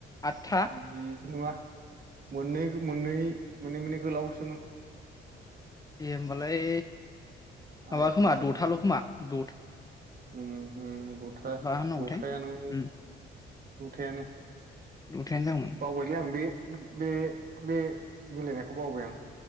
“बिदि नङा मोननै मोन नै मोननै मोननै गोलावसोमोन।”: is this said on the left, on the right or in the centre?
Right